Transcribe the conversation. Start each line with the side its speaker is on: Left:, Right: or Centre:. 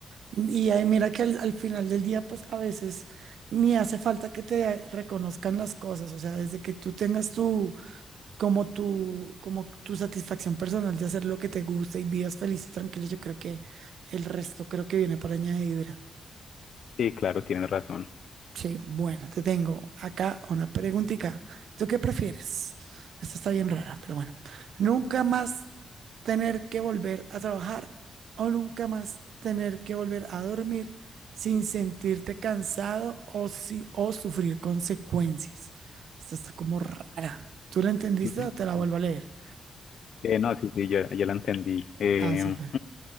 Right: Y ahí mira que al, al final del día, pues a veces ni hace falta que te reconozcan las cosas. O sea, desde que tú tengas tu, como tu, como tu satisfacción personal de hacer lo que te gusta y vivas feliz y tranquilo, yo creo que el resto creo que viene por añadidura.
Left: Sí, claro, tienes razón.
Right: Sí, bueno, te tengo acá una preguntita. ¿Tú qué prefieres? Esta está bien rara, pero bueno. ¿Nunca más tener que volver a trabajar o nunca más tener que volver a dormir sin sentirte cansado o, si, o sufrir consecuencias? Esta está como rara. ¿Tú la entendiste
Left: <laughs>
Right: o te la vuelvo a leer?
Left: Eh, no, sí, sí, ya, ya la entendí. Eh,
Right: Ah, súper.